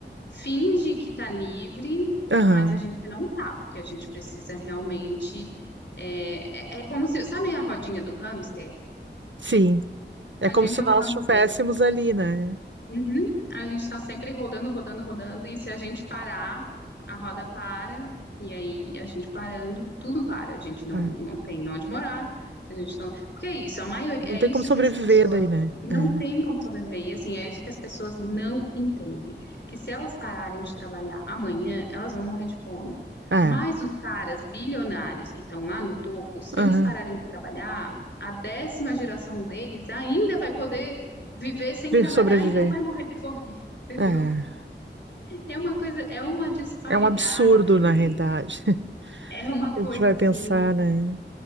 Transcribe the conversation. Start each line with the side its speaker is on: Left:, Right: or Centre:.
Left: finge que está livre,
Right: Aham.
Left: mas a gente não tá, porque a gente precisa realmente. É, é, é como se, sabe a rodinha do hamster?
Right: Sim. É
Left: A
Right: como
Left: gente
Right: se
Left: é o
Right: nós
Left: hamster.
Right: estivéssemos ali, né?
Left: Uhum. A gente está sempre rodando, rodando, rodando, e se a gente parar, a roda para, e aí a gente parando, tudo para. A gente não,
Right: É.
Left: não tem onde morar, a gente não. Porque é isso, a maioria,
Right: Não
Left: é
Right: tem
Left: isso
Right: como sobreviver
Left: que as pessoas
Right: daí, né?
Left: não
Right: É.
Left: têm como sobreviver, e assim, é isso que as pessoas não entendem. Que se elas pararem de trabalhar amanhã, elas vão morrer de fome.
Right: É.
Left: Mas os caras bilionários que estão lá no topo, se
Right: Aham.
Left: eles pararem de trabalhar, a décima geração deles ainda vai poder viver sem
Right: Vi-
Left: trabalhar
Right: Sobreviver.
Left: e não vai morrer de fome, <laughs> entendeu?
Right: É.
Left: É uma coisa, é uma disparidade.
Right: É um absurdo, na realidade. <laughs>
Left: É uma coisa
Right: A gente vai
Left: assim,
Right: pensar, né?